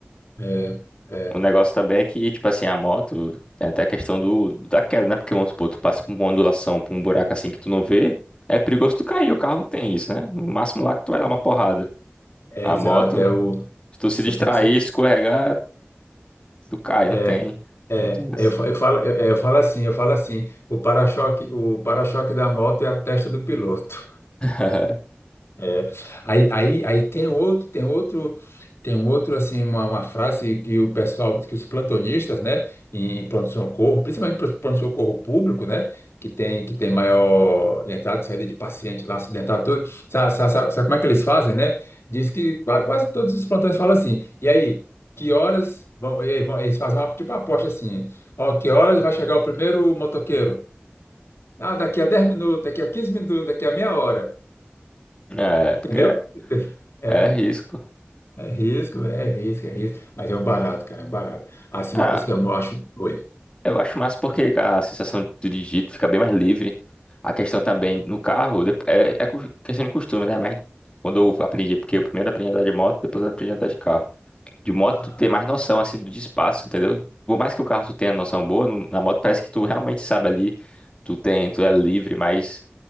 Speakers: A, on the left; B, on the left.
A: É, é.
B: O negócio também é que, tipo assim, a moto tem até a questão do, da queda, né? Porque, vamos supor, tu passa com uma ondulação pra um buraco assim que tu não vê, é perigoso tu cair, o carro não tem isso, né? No máximo lá que tu vai dar uma porrada.
A: É,
B: A
A: exato,
B: moto,
A: é o.
B: se tu se
A: Você
B: distrair,
A: tem que ser.
B: escorregar, tu cai,
A: É,
B: não tem.
A: é,
B: Não tem isso.
A: é, eu, fa- eu falo, eu, é, eu falo assim, eu falo assim, o para-choque, o para-choque da moto é a testa do piloto.
B: <laughs>
A: É. Aí, aí, aí tem outro, tem outro, tem um outro assim uma, uma frase que o pessoal, que os plantonistas, né, em pronto-socorro, principalmente pro- pronto-socorro público, né, que tem que tem maior entrada e saída de paciente lá acidentado, tudo. Sabe, sabe, sabe, sabe como é que eles fazem, né? Diz que qua- quase todos os plantões falam assim. E aí, que horas vão, e aí, vão, eles fazem uma tipo uma aposta assim. Ó, que horas vai chegar o primeiro motoqueiro? Ah, daqui a 10 minutos, daqui a 15 minutos, daqui a meia hora,
B: É, porque
A: entendeu?
B: é,
A: <laughs> É.
B: é risco.
A: É risco, é risco, é risco. Mas é um barato, cara, é um barato. Assim,
B: Ah,
A: uma coisa que eu acho. Oi.
B: eu acho massa porque a sensação do digito fica bem mais livre. A questão também no carro dep- é, é cu- questão de costume, né? Mas quando eu aprendi, porque eu primeiro aprendi a andar de moto, depois eu aprendi a andar de carro. de moto
A: Ah,
B: tu ter mais noção assim de espaço, entendeu? Por mais que o carro tu tenha noção boa, no- na moto parece que tu realmente sabe ali, tu tem, tu é livre, mas